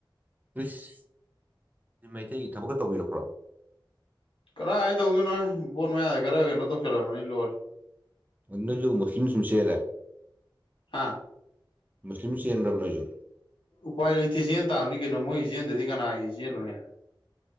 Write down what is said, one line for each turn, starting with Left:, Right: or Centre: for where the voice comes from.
Right: ꯏꯁ ꯃꯩꯇꯩꯒꯤ ꯊꯕꯛꯀ ꯇꯧꯕꯤꯔꯛꯄꯔꫭ
Left: ꯀꯗꯥꯏ ꯇꯧꯗꯣꯏꯅꯣꯍꯦ ꯕꯣꯠ ꯃꯌꯥꯗ ꯈꯔ ꯀꯩꯅꯣ ꯇꯧꯁꯜ ꯂꯝꯃꯅꯤ ꯂꫭꯏꯔꯦ
Right: ꯑꯗꯗꯨꯝ ꯃꯨꯁꯂꯤꯝ ꯁꯨꯝ ꯆꯦꯜꯂꯦ
Left: ꯍꯥꯥ
Right: ꯃꯨꯁꯂꯤꯝ ꯆꯦꯟꯕ꯭ꯔꯕ ꯅꯣꯏꯁꯨ
Left: ꯎꯄꯥꯏ ꯂꯩꯇꯦ ꯆꯦꯟ ꯇꯥꯕꯅꯤ ꯀꯩꯅꯣ ꯃꯣꯏꯒꯤ ꯆꯦꯟꯗꯗꯤ ꯀꯅꯥꯒꯤ ꯆꯦꯟꯂꯨꯅꯤ